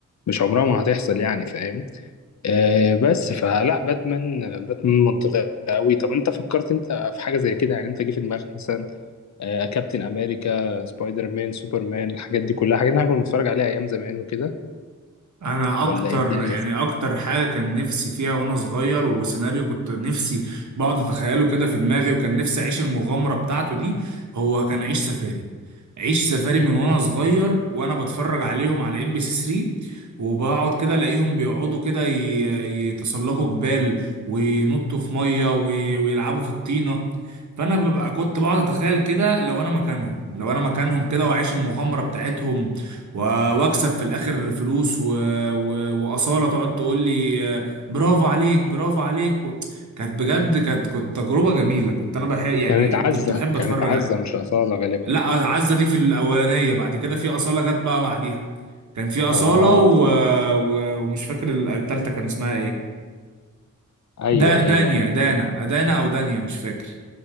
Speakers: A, on the left; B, on the right.
A: مش عمرها ما هتحصل يعني فاهم آه بس فلا باتمان باتمان منطقي قوي طب انت فكرت انت في حاجه زي كده يعني انت جه في دماغك مثلا آه، كابتن امريكا سبايدر مان سوبرمان الحاجات دي كلها حاجات اللي احنا كنا بنتفرج عليها ايام زمان وكده
B: انا
A: ولا
B: اكتر
A: ايه الدنيا
B: يعني اكتر حاجه كان نفسي فيها وانا صغير وسيناريو كنت نفسي بقعد اتخيله كده في دماغي وكان نفسي اعيش المغامره بتاعته دي هو كان عيش سفاري عيش سفاري من وانا صغير وانا بتفرج عليهم على ام بي سي 3 وبقعد كده الاقيهم بيقعدوا كده ي- يتسلقوا جبال وينطوا في ميه وي- ويلعبوا في الطينه فانا ببقى كنت بقعد اتخيل كده لو انا مكانهم لو انا مكانهم كده واعيش المغامره بتاعتهم و- واكسب في الاخر فلوس و... و... واصاله تقعد تقول لي آه، برافو عليك برافو عليك و... كانت بجد كانت كنت تجربه جميله كنت انا بحب يعني
A: كانت عزة
B: كنت بحب
A: كانت
B: اتفرج
A: عزة مش أصالة غالبا
B: لا عزة دي في الأولانية بعد كده في أصالة جت بقى بعديها كان في أصالة
A: اه
B: و... و... ومش فاكر التالتة كان اسمها إيه
A: ايوه
B: دا دانيا
A: ايوه ايوه
B: دانا دانا أو دانيا مش فاكر